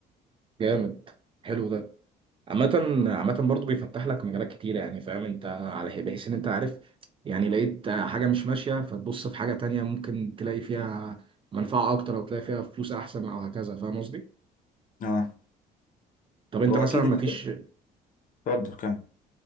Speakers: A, on the right (about 30°); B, on the left (about 50°).
A: جامد حلو ده عامة عامة برضه بيفتح لك مجالات كتير يعني فاهم انت على حي- بحيث ان انت عارف يعني لقيت آه، حاجة مش ماشية فتبص في حاجة تانية ممكن تلاقي فيها منفعة أكتر أو تلاقي فيها فلوس أحسن أو هكذا فاهم قصدي؟
B: اه
A: طب أنت
B: هو
A: مثلا
B: اكيد
A: مفيش
B: ال- اتفضل كمل